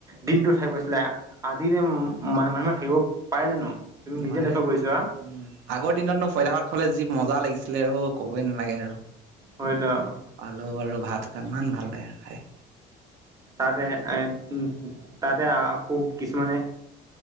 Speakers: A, on the right; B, on the right.
A: দিনটোথাকিব দিছিলে আজিনো ম মনে মনে থাকিব পাৰে জানো। তুমি
B: নোৱাৰে
A: নিজে লক্ষ্য কৰিছোৱা
B: উম আগৰ দিনতনো পইতা ভাত খাবলে যি মজা লাগিছিলে অ ক'বই নালাগে আৰু
A: হয়টো আৱ
B: আলু আৰু ভাত খাই ইমান ভাল লাগে খাই।
A: তাতে এ উ উম তাতে আকৌ কিছুমানে